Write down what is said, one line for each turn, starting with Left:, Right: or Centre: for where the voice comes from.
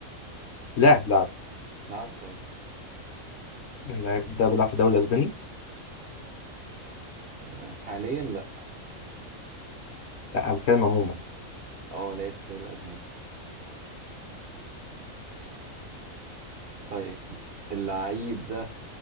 Left: لاعب لاعب
Right: لعب طيب مش
Left: اللعيب ده بيلعب في الدوري الاسباني
Right: آه حاليا لا
Left: لا انا بتكلم عموما
Right: اه لعب في الدوري الاسباني طيب اللعيب ده